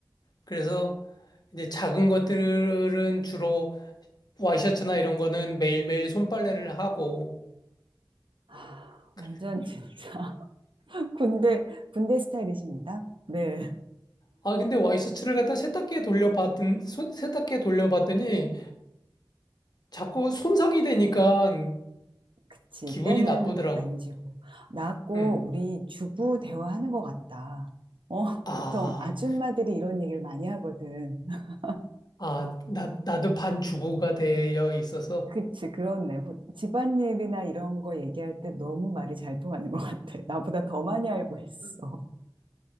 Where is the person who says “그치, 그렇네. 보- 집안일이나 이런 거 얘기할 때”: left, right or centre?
Right